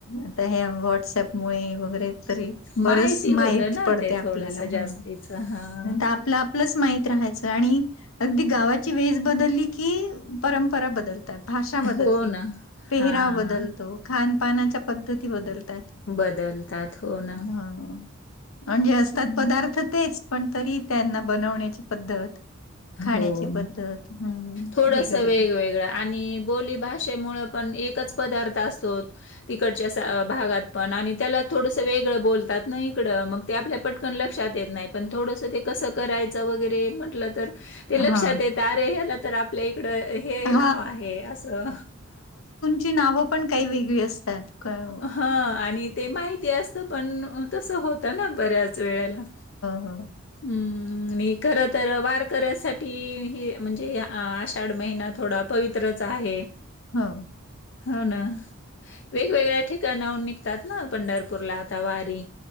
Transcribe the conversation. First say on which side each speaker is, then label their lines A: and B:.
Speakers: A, on the left; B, on the left.
A: आता हे व्हॉट्सअप मुळे वगैरे त बरच
B: माहिती
A: माहती
B: होतं ना
A: पडते
B: ते
A: आपल्याला
B: थोडंसं जास्तीचं.
A: ह.
B: हां.
A: आपलं आपलंच माहित राहायचं आणि अगदी गावाची वेज बदलली की परंपरा बदलते. भाषा बदलते
B: हो ना.
A: पेहराव
B: हां.
A: बदलतो खान पानाच्या पद्धती बदलतो.
B: बदलतात. हो ना.
A: हा म्हणजे असतात
B: हं.
A: पदार्थ तेच पण तरी त्यांना बनवण्याची पद्धत. खाण्याची
B: हो
A: पद्धत
B: ना
A: हम्म
B: थोडस
A: वेगळं वेगळं
B: वेगवेगळं आणि बोल. भाषेमुळे पण एकच पदार्थ असतो. तिकडच्या भागात पण आणि त्याला थोडंस वेगळं बोलतात ना इकड मग ते आपल्या पटकन लक्षात येत नाही पण थोडंसं ते कसं करायचं वगैरे म्हटलं तर ते लक्षात
A: हा
B: येत अरे ह्याला तर आपल्या इकड. हे
A: हा
B: नाव आहे असं.
A: ची नाव पण काही वेगळी असतात. क हो
B: हा आणि ते माहिती असत पण तसं होतं ना बऱ्याच वेळाला
A: हो
B: हम्म आणि खर तर वारकऱ्यासाठी हे म्हणजे आषाढ महिना थोडा पवित्रच आहे.
A: हा.
B: हो ना वेगवेगळ्या िकणाहून निघतात ना पंढरपूरला आता वारी